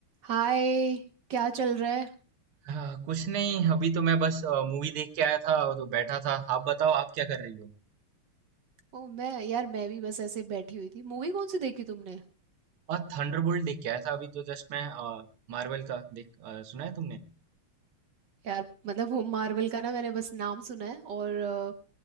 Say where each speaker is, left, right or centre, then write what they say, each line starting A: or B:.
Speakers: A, on the right; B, on the right.
A: हाय क्या चल रहा है
B: हाँ, कुछ नहीं अभी तो मैं बस मूवी देख के आया था और तो बैठा था आप बताओ आप क्या कर रही हो
A: ओ मैं यार मैं भी बस ऐसे बैठी हुई थी मूवी कौन सी देखी तुमने
B: और थंडरबोल्ट देख के आया था अभी तो जस्ट मैं मार्वल का देख अ, सुना है तुमने
A: यार मतलब वो मार्वल का ना मैंने बस नाम सुना है और अ,